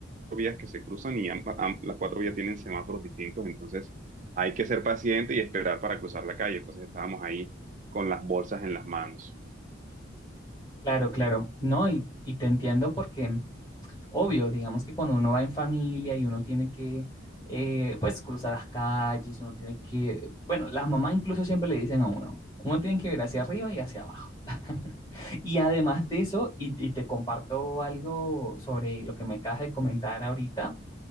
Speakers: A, on the right; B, on the left.
A: vías que se cruzan y amba- am- las cuatro vías tienen semáforos distintos, entonces hay que ser paciente y esperar para cruzar la calle. Entonces estábamos ahí con las bolsas en las manos.
B: Claro, claro. No, y, y te entiendo porque, obvio, digamos que cuando uno va en familia y uno tiene que, eh, pues, cruzar las calles, uno tiene que, bueno, las mamás incluso siempre le dicen a uno, uno tiene que ver hacia arriba y hacia abajo. <laughs> Y además de eso, y, y te comparto algo sobre lo que me acabas de comentar ahorita,